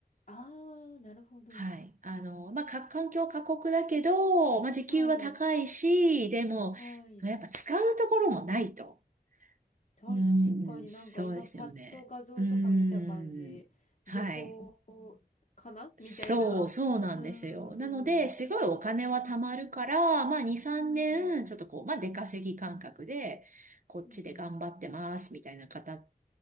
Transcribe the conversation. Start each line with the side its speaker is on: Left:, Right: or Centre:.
Left: ああ、なるほど。
Right: はい。あの、まあ、か、環境過酷だけど、まあ、時給は高いし、
Left: はい。
Right: でも、
Left: はい。
Right: やっぱ使うところもないと。
Left: 確かになんか今パッと画像とか見た感じ、
Right: うーん、そうですよね。うーん、はい。
Left: 漁港かなみたいな。
Right: そう、そうなんですよ。
Left: うーん。
Right: なので、すごいお金は貯まるから、まあ2、3年、
Left: うん。
Right: ちょっとこう、まあ出稼ぎ感覚で、こっちで頑張ってます、
Left: うんうん。
Right: みたいな方、